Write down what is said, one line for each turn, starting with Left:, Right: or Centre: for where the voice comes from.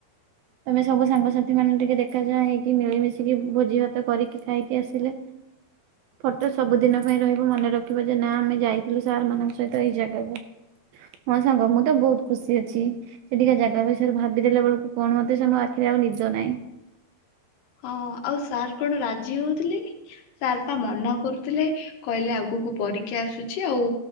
Right: ତମେ ସବୁ ସାଙ୍ଗସାଥି ମାନେ ଟିକେ ଦେ ଦେଖା ଚାହାଁ ହେଇକି ମିଳି ମିଶିକି ଭୋଜି ଭାତ କରିକି ଖାଇକି ଆସିଲେ ଫଟୋ ସବୁଦିନ ପାଇଁ ରହିବ। ମନେ ରଖିବ ଯେ ନା ଆମେ ଯାଇଥିଲୁ ସାର୍ ମାନଙ୍କ ସହିତ ଏଇ ଜାଗାକୁ। ହଁ ସାଙ୍ଗ ମୁଁ ତ ବହୁତ ଖୁସି ଅଛି। ସେଠିକା ଜାଗା ବିଷୟରେ ଭାବିଦେଲା ବେଳକୁ କୌଣସି ମତେ ମୋ ଆଖିରେ ଆଉ ନିଦ ନାଇଁ।
Left: ହଁ ଆଉ ସାର୍ କଣ ରାଜି ହଉଥିଲେ। ସାର୍ ପା ମନା କରୁଥିଲେ କହିଲେ ଆଗକୁ ପରୀକ୍ଷା ଆସୁ ଚି ଆଉ